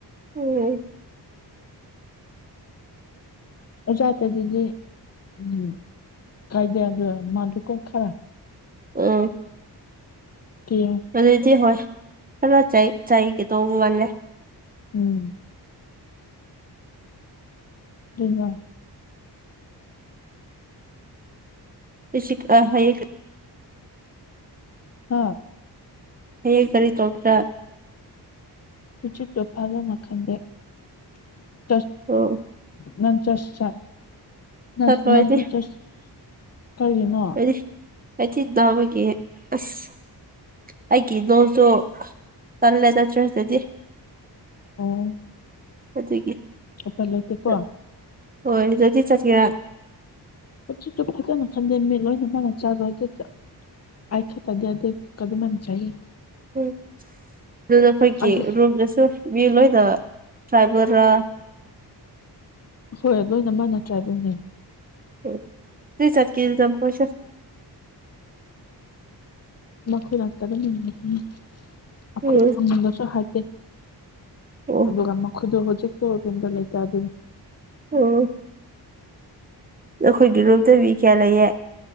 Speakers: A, on the right (about 20°); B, on the left (about 40°).
A: ꯎꯝ
B: ꯖꯥꯠꯇꯦ ꯑꯗꯨꯗꯤ ꯎ ꯀꯥꯏꯗꯦꯗ ꯃꯥꯗꯨꯀꯣ ꯈꯔ
A: ꯎꯝ
B: ꯀꯤꯌꯦ
A: ꯑꯗꯨꯗꯤ ꯍꯣꯏ ꯈꯔ ꯆ ꯆꯥꯏ ꯀ ꯇ ꯋꯥꯜꯦ
B: ꯎꯝ ꯑꯗꯨꯉ
A: ꯁꯤ ꯍꯌꯦ
B: ꯑꯥ
A: ꯍꯌꯦꯡ ꯀꯔꯤ ꯇꯧꯄ꯭ꯔꯥ
B: ꯁ ꯇꯣꯐꯒ ꯅꯈꯟꯗꯦꯁ
A: ꯑꯣ
B: ꯅꯪ ꯆꯁ ꯆ ꯅꯪ
A: ꯆꯠꯂꯣꯏꯗꯤ
B: ꯅꯪꯁꯨ ꯆꯁ ꯀꯔꯤꯅꯣ
A: ꯑꯩꯗꯤ ꯑꯩꯗꯤ ꯅꯥꯕꯒꯤ ꯑꯁ ꯑꯩꯒꯤ ꯅꯣꯖꫭ ꯇꯜꯂꯦꯗ ꯆꯔ꯭ꯁꯗꯗꯤ
B: ꯑꯣ
A: ꯑꯗꯨꯗꯤ
B: ꯎꯄꯥꯏ ꯂꯩꯇꯦꯀꯣ
A: ꯆ ꯑꫭꯏꯗꯗꯤ ꯆꯠ ꯌꯥ
B: ꯍꯧꯖꯤꯛꯇꫭ ꯐꯖꯅ ꯐꯟꯗꯦ ꯃꯦ ꯂꯣꯏꯅ ꯆꯥꯕꯒꯤꯗ ꯑꯩ ꯈꯤꯇꯪ ꯗꯩ ꯑꯗꯩ ꯀꯗꯨꯃꯟ ꯆꯥꯏꯌꯦ
A: ꯎꯝ ꯑꯗꯨꯗ ꯑꯈꯣꯏꯒꯤ
B: ꯑꯩꯁꯨ
A: ꯔꯨꯝꯗꯁꯨ ꯃꯤ ꯂꯣꯏꯅ ꯆꯥꯏꯕ ꯔꯥ
B: ꯍꯣꯏ ꯂꯣꯏꯅ ꯃꯥꯟꯅ ꯆꯥꯕꯅꯦ
A: ꯎꯝ ꯑꯗꯨꯏ ꯆꯠꯀꯦꯅ ꯆꯠꯄꯁꯦ
B: ꯅꯈꯣꯏꯅ ꯀꯝꯅꯤ <unintelligible> ꯑꯈꯣꯏ
A: ꯎꯝ
B: ꯑꯃꯟꯗꯁꯨ ꯍꯥꯏꯗꯦ
A: ꯑꯣ
B: ꯑꯗꯨꯒ ꯃꯈꯣꯏꯗꫭ ꯍꯧꯖꯤꯛꯇꫭ ꯔꯨꯝꯗ ꯂꯩꯇꯦ ꯑꯗꯨꯅꯤ
A: ꯎꯝ ꯅꯈꯣꯏꯒꯤ ꯔꯨꯝꯗ ꯃꯤꯀꯌꯥ ꯂꯩꯌꯦ